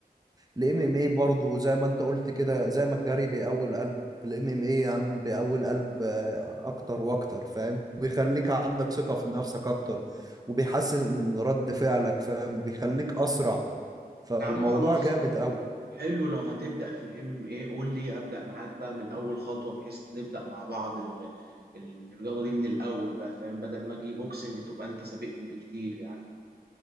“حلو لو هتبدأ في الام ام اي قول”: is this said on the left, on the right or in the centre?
Right